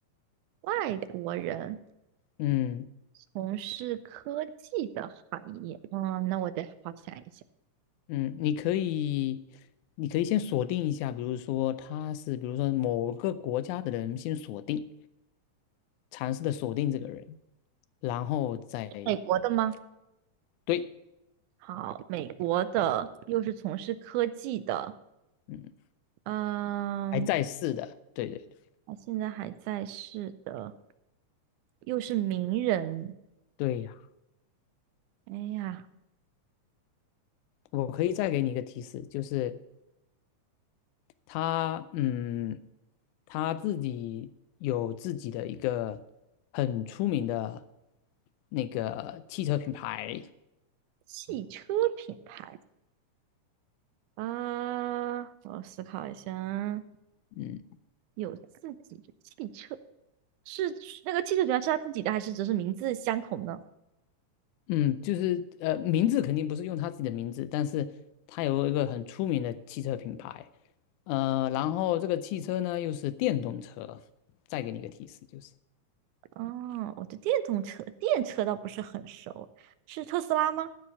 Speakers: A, on the right; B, on the left.
A: 外国人
B: 嗯。
A: 从事科技的行业，嗯，那我得好好想一想，
B: 嗯，你可以，你可以先锁定一下，比如说他是，比如说某个国家的人，先锁定，尝试的锁定这个人，然后再
A: 美国的吗？
B: 对，
A: 好，美国的又是从事科技的，
B: 嗯，
A: 嗯，
B: 还在世的，对对对，
A: 他现在还在世的，又是名人，
B: 对呀，
A: 哎呀，
B: 我可以再给你一个提示，就是他，嗯，他自己有自己的一个很出名的那个汽车品牌，
A: 汽车品牌啊，我思考一下啊，
B: 嗯。
A: 有自己的汽车，是那个汽车品牌是他自己的，还是只是名字相同呢？
B: 嗯，就是呃，名字肯定不是用他自己的名字，但是他有一个很出名的汽车品牌，呃，然后这个汽车呢又是电动车，再给你一个提示就是，
A: 啊，我对电动车、电车倒不是很熟，是特斯拉吗？